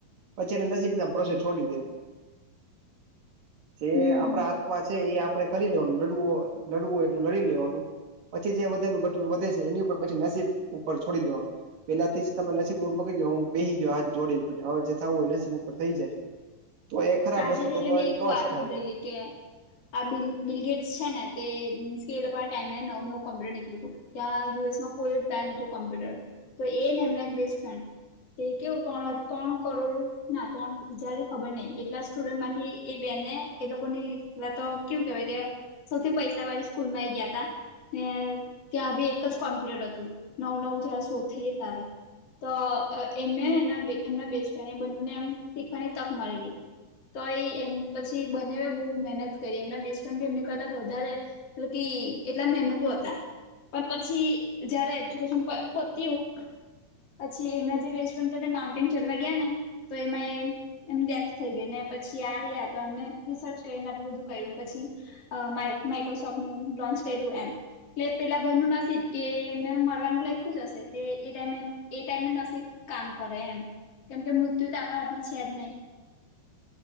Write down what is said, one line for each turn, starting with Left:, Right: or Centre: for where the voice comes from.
Right: પછી એને નસીબ ના ભરોસે છોડી દે. જે
Left: હમ
Right: આપણા હાથમાં છે એ આપડે કરી લેવાનું લડુ. લડવું હોય એટલે લડી લેવાનું. પછી જે વધેલું ઘટલું વધે છે એની ઉપર પછી નસીબ ઉપર છોડી દેવાનું. પેલાથી જ તમે નસીબ ઉપર મૂકી ગયો હું બેહી ગયો હાથ જોડીને અને હવે જે થવું હોય નસીબ ઉપર થઈ જાય. તો એ ખરાબ
Left: આજે
Right: વસ્તુ
Left: જ
Right: તો
Left: એટલે
Right: તો
Left: મેં
Right: ન
Left: એક
Right: જ
Left: વાત
Right: થાય.
Left: સાંભળેલી કે. આ બલ બિલગેટ્સ છે ને તે મીન્સ કે એ લોકો ટાઈમે નવ નવું કોમ્પ્યુટર કળું હતું. ત્યાં યુએસમાં કોઈ પેન હતું કોમ્પ્યુટર તો એ ને એમને એક બેસ્ટ ફ્રેન્ડ તે કેવું ત્રણ ત્રણ કરોડ ના ત્રણ હજાર ખબર નહિ એટલા સ્ટુડન્ટ માંથી એ બેને એ લોકોની પેલા તો કેવું કેહેવાય કે સૌથી પૈસા વાળી સ્કૂલમાં ઈ ગયા તા ત્યાં ત્યાં બી એક જ કોમ્પ્યુટર હતું નવ નવ જાર શોથી ત્યારે તો એમને હે એમના બેસ્ટ ફ્રેન્ડ બનને એમ શીખવાની તક મળેલી. તો ઈ એમ પછી બને બહુ મહેનત કરી એમના બેસ્ટફ્રેન્ડી એમ કરતાં વધારે તો તે એટલા મહેનતો હતા. પણ પછી જયારે એજ્યુકેશન પ પત્યું પછી એમના જે બેસ્ટ ફ્રેન્ડ કરતા માઉન્ટેન ચડવા ગયા ને તો એમાં એ એમની ડેથ થઈ ગઈ ને પછી આ રહ્યા તો એમને રિસર્ચ કરીને આટલું બધું કર્યુંને પછી અ માં માઇક્રોસોફ્ટનું લોન્ચ કર્યું એમ. એટલે પેલા ભાઈ નું નસીબ કે એમને મરવાનું લખું જ હશે કે એ ટાઈમે એ ટાઈમે નસીબ કામ કરે એમ કેમ કે મૃત્યુ તો આપણા હાથમાં છે જ નહી.